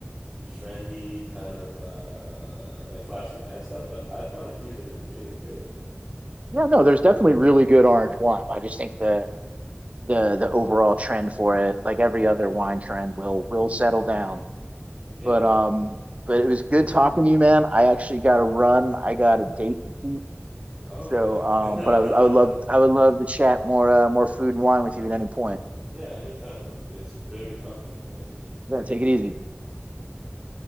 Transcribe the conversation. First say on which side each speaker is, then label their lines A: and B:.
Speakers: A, on the right; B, on the right.
A: trendy, kind of uh like flash in the pan stuff. But I found a few that are really good.
B: Yeah, no, there's definitely really good orange wine. I just think the the the overall trend for it, like every other wine trend will will settle down.
A: Yeah.
B: But um, but it was good talking to you, man. I actually got to run. I got a date to keep.
A: Oh,
B: So
A: okay.
B: um,
A: <laughs>
B: but I would I would love I would love to chat more uh, more food and wine with you at any point.
A: Yeah. Anytime, bro. It was really good talking to you. Nice to meet you.
B: Yeah, take it easy.
A: Yeah.